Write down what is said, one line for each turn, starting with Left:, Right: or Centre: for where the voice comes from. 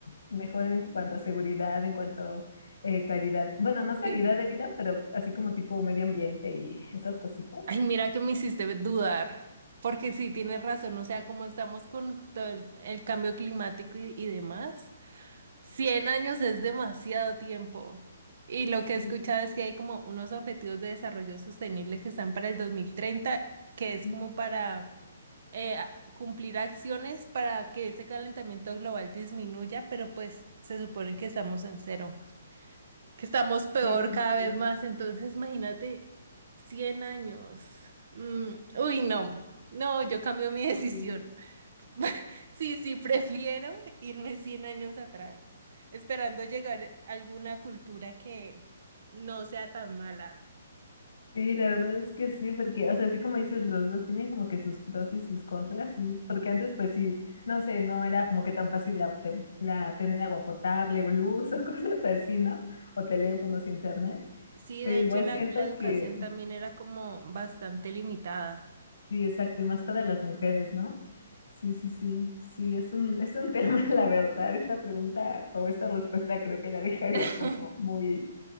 Left: mejor en cuanto a seguridad, en cuanto a calidad, bueno, no calidad
Right: Sí.
Left: de vida, pero así como tipo medio ambiente y esas cositas.
Right: Ay, mira que me hiciste dudar, porque sí, tienes razón, o sea, como estamos con todo el, el cambio climático y, y demás. cien años es demasiado tiempo. Y lo
Left: Sí,
Right: que he escuchado es que hay como unos objetivos de desarrollo sostenible que están para el 2030 que es
Left: no,
Right: como para eh, a- cumplir acciones para que ese calentamiento global disminuya, pero pues se supone que estamos en cero, que estamos peor
Left: sí, como
Right: cada
Left: que
Right: vez más. Entonces, imagínate 100 años. Mm, uy, no, no, yo cambio mi <laughs> decisión.
Left: sí.
Right: <laughs> Sí, sí, prefiero irme 100 años atrás, esperando llegar a alguna cultura que no sea tan mala.
Left: Sí, la verdad es que sí, porque, o sea, así como dices, los dos tienen como que sus pros y sus contras, y- porque antes pues sí, no sé, no era como que tan fácil la, obte- la- tener agua potable o luz o <laughs> cosas así, ¿no? O teléfonos, internet,
Right: Sí,
Left: pero
Right: de hecho
Left: igual
Right: la,
Left: siento
Right: la educación
Left: que
Right: también era como bastante limitada.
Left: sí, exacto, y más para las mujeres, ¿no? Sí, sí, sí, sí, es un, es un tema, <laughs> la verdad, esta pregunta o esta respuesta creo que la dejaría
Right: <laughs>
Left: como muy